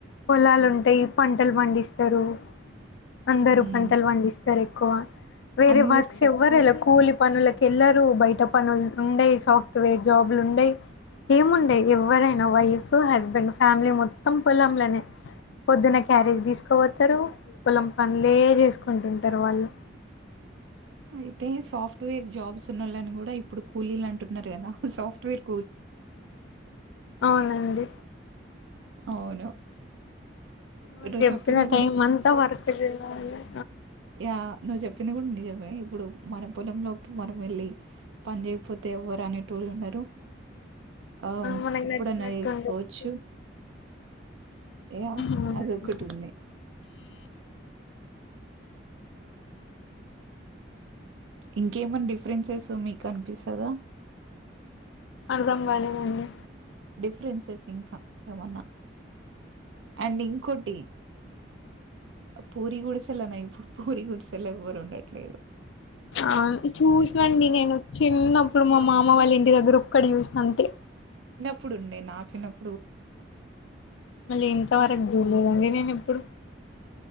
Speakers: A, on the left (about 75°); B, on the right (about 80°).
A: పొలాలుంటయ్ పంటల్ పండిస్తరు అందరు
B: హ్మ్.
A: పంటల్ పండిస్తర్ ఎక్కువ వేరే
B: అండ్ మీరు
A: వర్క్స్
B: చెప్
A: ఎవ్వర్ ఎల్ల కూలి పనులకెళ్ళరు బయట పనుల్ ఉండయ్ సాఫ్ట్వేర్ జాబ్లుండయ్ ఏముండయ్ ఎవ్వరైనా వైఫ్ హస్బెండ్ ఫ్యామిలీ మొత్తం పొలంలనే పొద్దున క్యారేజ్ తీస్కపోతరు పొలం పన్లే చేసుకుంటుంటరు వాళ్ళు
B: అయితే సాఫ్ట్వేర్ జాబ్స్ ఉన్నోళ్ళన్ గుడా ఇప్పుడు కూలీలంటున్నర్ గదా సాఫ్ట్వేర్
A: అవునండి.
B: అవును.
A: వాళ్
B: నువ్వు
A: జెప్పిన
B: చెప్పింది
A: టైం అంతా వర్క్ చేయాలిగ
B: యా ను జెప్ ప్పింది గుడా నిజమే ఇప్పుడు మన పొలంలోకి మనం వెళ్ళి పన్ చేయకపోతే ఎవ్వర్ అనేటోళ్ళు ఉండరు ఆ
A: మనకు
B: ఎప్పుడన్నా
A: నచ్చినట్టు
B: చేసుకోవచ్చు.
A: ఉండొచ్చు
B: యా
A: అవునండి
B: అదొకటుంది. ఇంకేమన్ డిఫరెన్సెస్ మి కన్పిస్తదా
A: అర్థం కాలేదండి
B: డిఫరెన్సెస్ ఇంకా ఏమన్న అండ్ ఇంకోటి అ పూరి గుడిసెలోన ఇప్పుడు పూరి గుడిసెల ఎవ్వర్ ఉండట్లేదు.
A: ఆ చూస్నండి నేను చిన్నప్పుడు మా మామ్ మ వాళ్ళింటి దగ్గర ఒక్కటి చేసినా అంతే
B: ప్పుడుండే నా చిన్నప్
A: మళ్ళి ఇంతవరక్ జూడ్లేదండి నేనిప్పుడు